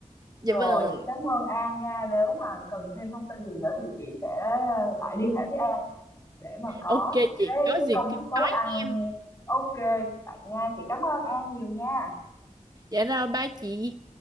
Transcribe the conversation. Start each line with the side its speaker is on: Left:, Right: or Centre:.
Right: dạ
Left: rồi
Right: vâng
Left: chị cảm ơn An nha nếu mà cần thêm thông tin gì nữa thì chị sẽ lại liên hệ với An để mà có
Right: ok
Left: những
Right: chị
Left: cái
Right: có
Left: cái
Right: gì
Left: công
Right: cứ
Left: thức nấu
Right: nói
Left: ăn
Right: em
Left: ok vậy nha chị cảm ơn An nhiều nha
Right: dạ rồi ba chị